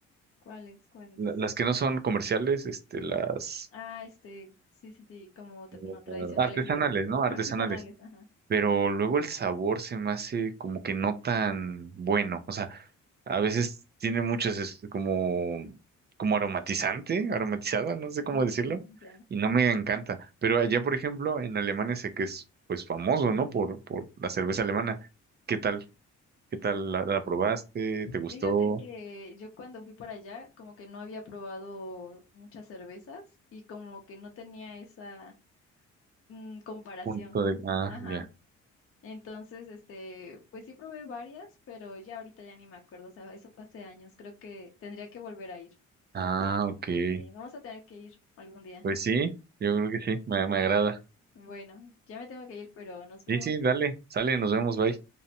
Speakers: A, on the left; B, on the right.
A: ¿Cuáles? ¿Cuáles?
B: la- las que no son comerciales, este, las
A: Ah, este, sí, sí, sí, como tra- no
B: eh,
A: tradicionales,
B: artesanales,
A: iba a decir. <laughs>
B: ¿no?
A: Ajá,
B: Artesanales.
A: Artesanales, ajá.
B: pero luego el sabor se me hace como que no tan bueno. O sea, a veces tiene muchas es- como, como aromatizante, aromatizada, no sé cómo
A: Mm,
B: decirlo,
A: Ya.
B: y no me encanta. Pero allá, por ejemplo, en Alemania sé que es pues famoso, ¿no? Por, por la cerveza alemana. ¿Qué tal? ¿Qué tal? ¿La, la probaste? ¿Te gustó?
A: Fíjate que yo cuando fui para allá, como que no había probado muchas cervezas y como que no tenía esa mm, comparación.
B: Punto de... Ah,
A: Ajá.
B: ya.
A: Entonces, este, pues sí probé varias, pero ya ahorita ya ni me acuerdo. O sea, eso fue hace años. Creo que tendría que volver a ir.
B: Ah, ok.
A: Sí, vamos a tener que ir algún día.
B: Pues sí, yo creo que sí, me, me agrada.
A: Bueno, ya me tengo que ir, pero nos vemos.
B: Sí, sí, dale, sale, nos vemos, bye.